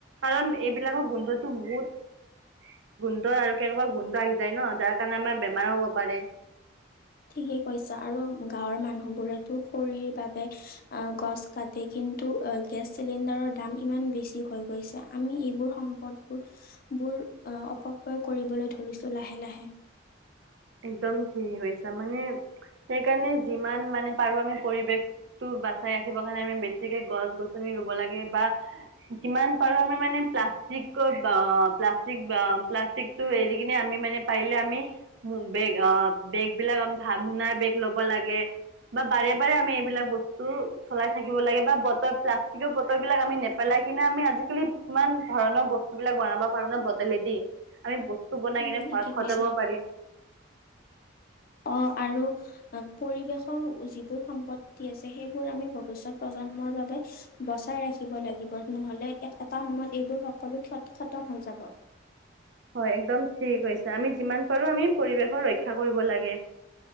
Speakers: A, on the right; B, on the left.
A: কাৰণ এইবিলাকক গোন্ধতো বহুত গোন্ধ আৰু কেনেকুৱা গোন্ধ আহি যায় ন তাত। কাৰণ আমাৰ বেমাৰো হ'ব পাৰে।
B: ঠিকেই কৈছা আৰু গাঁৱৰ মানুহবোৰেতো খৰিৰ বাবে অ গছ কাটে কি কিন্ত গেছ চিলিণ্ডাৰৰ দাম ইমান বেছি হৈ গৈছে আমি এইবোৰ সম্পদবোৰ ফুল অপবয় কৰিবলৈ ধৰিছো লাহে লাহে।
A: <inaudible> একদম ঠিকেই কৈছা মানে সেইকাৰণে যিমান মানে পাৰো আমি পৰিৱেশ তো বাচাই ৰাখিব কাৰণে আমি বেছিকে গছ গছনি ৰুব লাগে বা যিমান পাৰো আমি মানে প্লাষ্টিক ব অ' প্লাষ্টিকটো এৰি কিনে আমি মানে পাৰিলে আমি বেগ বেগ বিলাক। ভাল মোনাৰ বেগ ল'ব লাগে, বা বাৰে বাৰে আমি এইবিলাক বস্তু চলাই থাকিব লাগে। বা বতৰ প্লাষ্টিকৰ বটলবিলাক আমি নেপেলাই কিনে আমি, আজিকালি কিমান ধৰণৰ বস্তুবিলাক বনাব পাৰো ন বটলেদি। আমি বস্তু বনাই
B: উম,
A: কিনে
B: ঠিকে
A: ঘৰত সজাব
B: কৈছা
A: পাৰিম।
B: অ' আৰু পৰিৱেশৰ যিবোৰ সম্পত্তি আছে, সেইবোৰ আমি ভৱিষ্যত প্ৰজ জন্মৰ বাবে বচাই ৰাখিব লাগিব। নহ'লে এটা সময়ত এইবোৰ সকলো ক্ষ খতম হৈ যাব।
A: <inaudible> হয় একদম ঠিক কৈছা। আমি যিমান পাৰো আমি পৰিৱেশৰ ৰক্ষা কৰিব লাগে।